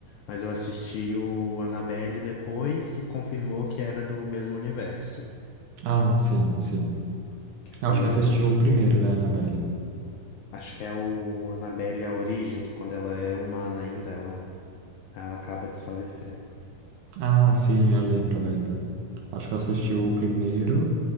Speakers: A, on the left (about 85°); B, on the right (about 75°).
A: Mas eu assisti o Annabelle depois que confirmou que era do mesmo universo.
B: Ah, sim, sim.
A: Que foi,
B: Eu acho que
A: eu
B: assisti
A: acho.
B: o primeiro da Annabelle.
A: Acho que é o Annabelle A Origem, que quando ela é humana ainda, ela, ela acaba desfalecendo.
B: Ah, sim, eu lembro, eu lembro. Acho que eu assisti o primeiro.